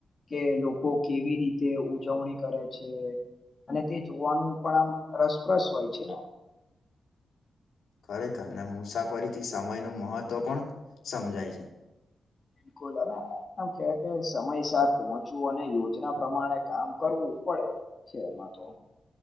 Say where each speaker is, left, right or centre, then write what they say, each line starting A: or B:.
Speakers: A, on the left; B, on the left.
A: કે લોકો કેવી રીતે ઉજવણી કરે છે અને તે જો નું પણ આમ રસપ્રસ હોય છે ને
B: ખરેખરના મુસાફરીથી સમયનું મહત્વ પણ સમજાય છે
A: બિલકુલ અને આમ કવા સમય સાથ પહોંચવું અને યોજના પ્રમાણે કામ કરવું પડે છે એમાં તો